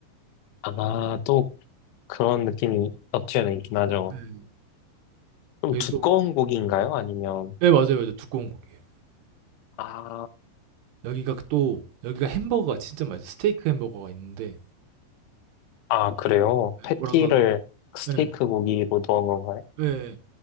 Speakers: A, on the left; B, on the right.
A: 아, 또 그런 느낌이 없지 않아 있긴 하죠.
B: 음.
A: 좀
B: 여기
A: 두꺼운
B: 또
A: 고기인가요? 아니면,
B: 네, 맞아요, 맞아요. 두꺼운 고기예요.
A: 아,
B: 여기가 그 또 여기가 햄버거가 진짜 맛있어요. 스테이크 햄버거가 있는데
A: 아, 그래요?
B: 네,
A: 패티를
B: 뭐랄까
A: 스테이크
B: 네,
A: 고기로 넣은 건가요?
B: 네